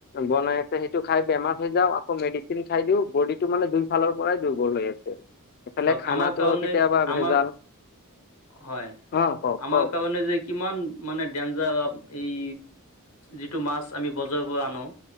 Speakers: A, on the left; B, on the left.
A: বনাই পেলাই খাই বেমাৰ হৈ আ আকৌ মেডিচিন খাই দিও বডিটো মানে দুই ফালৰ পৰাই দুৰ্বল হৈ আছে। সফালে
B: চাওক
A: খানাতো
B: আমাৰ কাৰণে
A: কেতিয়াবা
B: আমাৰ
A: ভেজাল।
B: হয়,
A: অ কওক
B: আমাৰ
A: কওক
B: কাৰণে যে কিমান মানে ডেঞ্জাৰ এই যিটো মাছ আমি বজাৰৰ পৰা আনো।